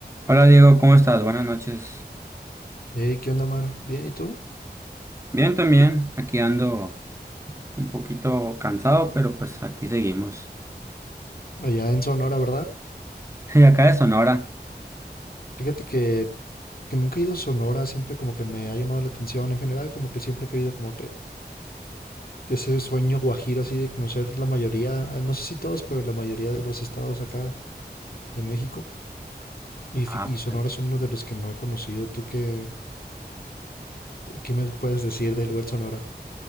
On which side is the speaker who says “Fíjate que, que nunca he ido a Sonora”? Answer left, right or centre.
Left